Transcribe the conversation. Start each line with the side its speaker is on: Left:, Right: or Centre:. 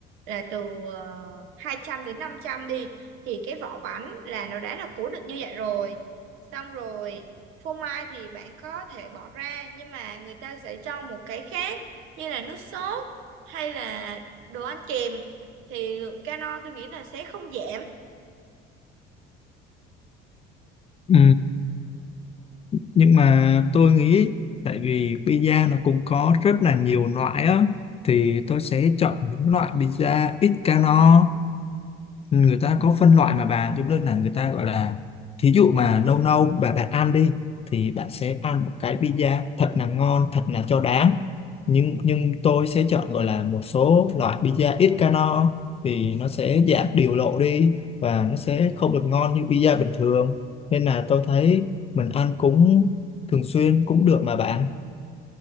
Right: là từ ờ, 200 đến 500 đi thì cái vỏ bánh là nó đã là cố định như vậy rồi. Xong rồi phô mai thì bạn có thể bỏ ra nhưng mà người ta sẽ cho một cái khác như là nước sốt hay là đồ ăn kèm thì lượng calo tôi nghĩ là sẽ không giảm
Left: Ừ. nhưng mà tôi nghĩ tại vì pizza nó cũng có rất là nhiều loại á thì tôi sẽ chọn những loại pizza ít calo người ta có phân loại mà bà giống như là người ta gọi là thí dụ mà lâu lâu bà bạn ăn đi thì bạn sẽ ăn một cái pizza thật là ngon thật là cho đáng nhưng nhưng tôi sẽ chọn gọi là một số loại pizza ít calo thì nó sẽ giảm điều lộ đi và nó sẽ không được ngon như pizza bình thường nên là tôi thấy mình ăn cũng thường xuyên cũng được mà bạn